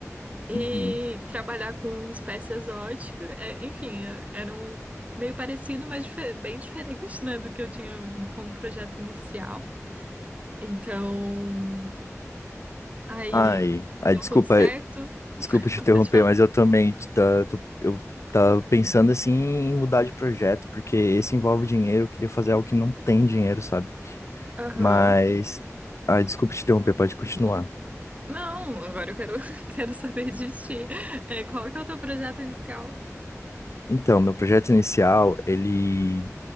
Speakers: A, on the right; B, on the left.
A: e
B: Uhum.
A: trabalhar com uma espécie exótica. É, enfim, é- era um meio parecido, mas dife- bem diferente, né, do que eu tinha como projeto inicial. Então, aí
B: Ai, ai,
A: deu
B: desculpa,
A: tudo certo.
B: Desculpa
A: <laughs>
B: te interromper,
A: Pode falar.
B: mas eu também tá, tô- eu tava pensando assim em mudar de projeto, porque esse envolve dinheiro, eu queria fazer algo que não tem dinheiro, sabe?
A: Aham.
B: Mas, ah, desculpa te interromper, pode continuar.
A: Não, agora eu quero, <laughs> quero saber de ti. É, qual que é o teu projeto inicial?
B: Então, meu projeto inicial, ele,